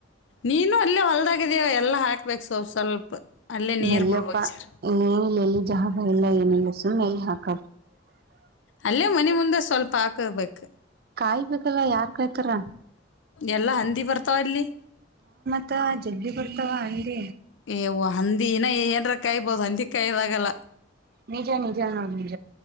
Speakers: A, on the left (about 80°); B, on the right (about 55°).
A: ನೀನು ಅಲ್ಲೇ ಹೊಲ್ದಾಗಿದ್ಯ ಎಲ್ಲಾ ಹಾಕ್ಬೇಕು ಸ್ರರೋ ಸ್ವಲ್ಪ ಅಲ್ಲೇ ನೀರು
B: ಹೇಳಲ್ಲಿಪ್ಪಾ
A: ಬಿಡ್ಬೇಕು ಜರ
B: ಇಲಿ ಜ ಎಲ್ಲ ಏನಲ್ಲ ಸುಮ್ಮನೆ ಎಲೆ ಹಾಕ
A: ಅಲ್ಲೇ ಮನೆ ಮುಂದೆ ಸ್ವಲ್ಪ ಹಾಕಬೇಕು
B: ಕಾಯ್ಬೇಕಲ್ಲ ಯಾರ್ ಕಾಯತಾರ
A: ಎಲ್ಲಾ ಹಂದಿ ಬರ್ತಾವ ಅಲ್ಲಿ
B: ಅತ್ತ ಜಬ್ಬ ಬರ್ತಾವ ಅಂದರೆ
A: ಏವ ಹಂದಿನ ಏನ್ರ ಕಾಯಬೋದು ಹಂದಿ ಕಾಯದಾಗಲ್ಲ
B: ನಿಜೆ ನಿಜೆ ನ